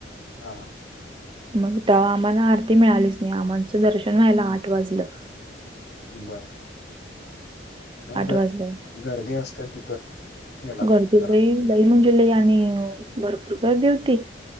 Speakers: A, on the left; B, on the right.
A: हा हा.
B: मग तेव्हा आम्हाला आरती मिळालीच नाही आमचं दर्शन व्हायला आठ वाजलं.
A: बर नाही ग
B: वाजलं.
A: गर्दी असते तिथं. याला
B: गर्दी
A: जरा
B: लई लई म्हणजे लई आणि भरपूर गर्दी होती.